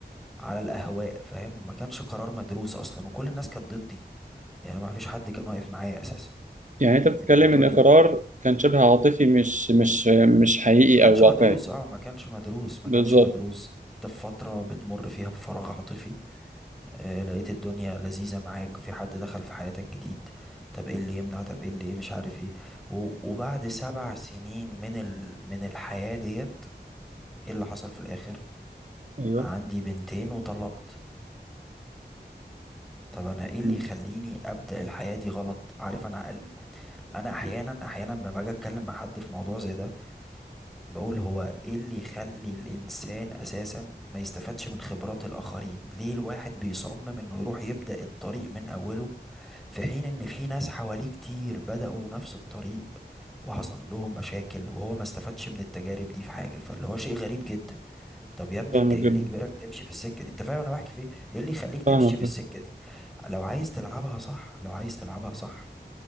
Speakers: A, in the centre; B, on the right.
A: على الاهواء فاهم ما كانش قرار مدروس اصلا وكل الناس كانت ضدي يعني ما فيش حد كان واقف معايا اساسا
B: يعني انت بتتكلم
A: انت بتقولي
B: ان القرار كان شبه عاطفي مش مش مش حقيقي
A: ما كانش
B: او واقعي
A: مدروس اه ما كانش مدروس ما
B: بالظبط
A: كانش مدروس انت في فترة بتمر فيها بفراغ عاطفي آه لقيت الدنيا لذيذة معاك في حد دخل في حياتك جديد طب ايه اللي يمنع طب ايه اللي ايه مش عارف ايه و- وبعد سبع سنين من ال... من الحياة ديت ايه اللي حصل في الاخر
B: ايوه
A: عندي بنتين وطلقت طب انا ايه اللي
B: مم.
A: يخليني ابدأ الحياة دي غلط عارف انا انا احيانا احيانا لما باجي اتكلم مع حد في موضوع زي ده بقول هو ايه اللي يخلي الانسان اساسا ما يستفادش من خبرات الاخرين ليه الواحد بيصمم انه يروح يبدأ الطريق من اوله في حين ان في ناس حواليه كتير بدأوا نفس الطريق وحصل لهم مشاكل وهو ما استفادش من التجارب دي في حاجة فاللي هو شيء غريب جدا طب يا ابني
B: فاهمك
A: انت ايه
B: جدا
A: اللي يجبرك تمشي في السكة دي انت فاهم انا بحكي في ايه ايه اللي يخليك تمشي
B: فاهمك
A: في
B: جدا.
A: السكة دي لو عايز تلعبها صح لو عايز تلعبها صح